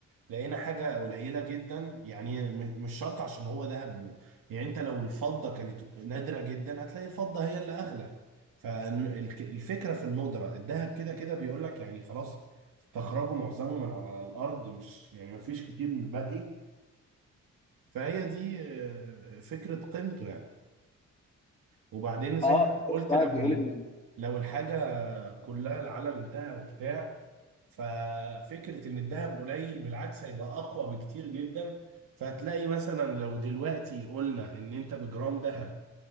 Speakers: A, on the right (about 90°); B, on the left (about 20°).
A: لقينا حاجه قليله جدا يعني م- مش شرط عشان هو دهب يعني انت لو الفضه كانت نادره جدا هتلاقي الفضه هي اللي اغلى فالفكره في الندره الدهب كده كده بيقول لك يعني خلاص استخرجوا معظمه من على الارض مش يعني مفيش كتير من الباقي فهي دي آه، فكرة قيمته يعني وبعدين زي
B: اه
A: ما انت قلت
B: شفت واحد
A: لو
B: بيقول إن
A: لو الحاجة كلها العالم انتهى وبتاع ففكرة ان الذهب قليل بالعكس هيبقى اقوى بكتير جدا فهتلاقي مثلا لو دلوقتي قلنا ان انت بجرام ذهب